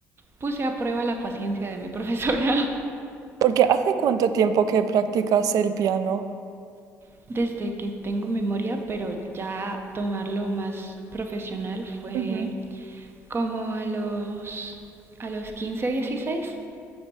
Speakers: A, on the right (about 35°); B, on the right (about 65°).
A: puse a prueba la paciencia de mi profesora
B: Porque ¿hace cuánto tiempo que practicas el piano?
A: <laughs> desde que tengo memoria, pero ya tomarlo más profesional fue
B: Ujú.
A: como a los a los 15, 16